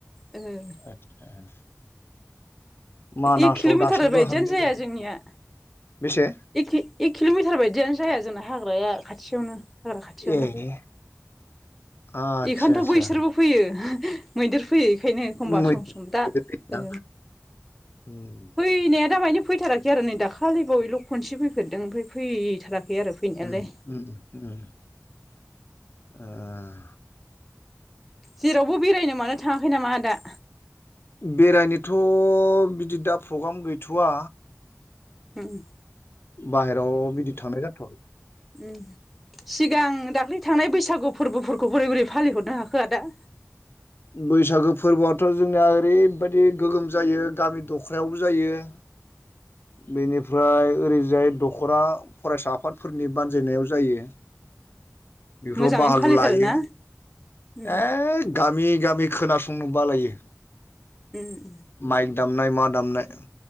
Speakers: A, in the centre; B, on the left.
A: ओ
B: <unintelligible> मानासाव
A: एक किलमिटार
B: दासिमबो
A: बायदियानो
B: हाबहैनाय
A: जाया
B: जायाखै
A: जोंनिया।
B: बेसे
A: एक एक किल'मिटार बायदियानो जाया जोंना हाग्राया खाथि खाथियावनो हाग्रा खाथियावनो।
B: ए आदसा
A: बेखायनोथ'
B: आदसा
A: बैसोरबो फैयो मैदेर फैयो। बेखायनो एखमबा
B: मै
A: सम सम दा
B: मैदेर गैया?
A: ओ
B: उम
A: फैनाया दामानि फैथाराखै आरो नै दाखालि बावैल' खनसे फैफेरदों ओमफ्राय फैथाराखै। आरो फैनायालाय
B: <unintelligible> आ
A: जेरावबो बेरायनो मानो थाङाखै नामा आदा?
B: बेरायनोथ' बिदि दा प्रग्राम गैथ'वा।
A: हम।
B: बाहेराव बिदि थांनाय जाथ'वाखै।
A: उमह। सिगां दाख्लै थांनाय बैसागु फोरबोफोरखौ बोरै बोरै फालि हरनो हाखो आदा?
B: बैसागो फोरबोआथ' जोंनिया ओरैबायदि गोगोम जायो गामि दख्रायावबो जायो। बेनिफ्राय ओरैजाय दखरा फरायसा आफादफोरनि बानजायनायाव जायो। बेफोराव
A: मोजाङैनो
B: बाहागो
A: फालिथारोना
B: लायो।
A: उम
B: एग गामि गामि खोनासंनो बालायो।
A: उम।
B: माइक दामनाय मा दामनाय